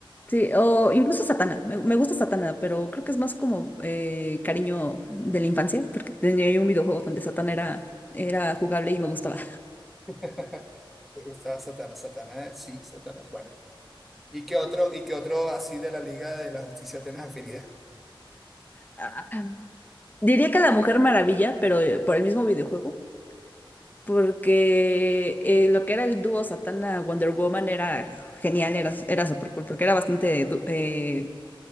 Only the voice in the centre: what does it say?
<laughs> ¿Te gustaba Satanás? Satanás, sí, Satanás, bueno. ¿Y qué otro, y qué otro así de la Liga de la Justicia tienes afinidad?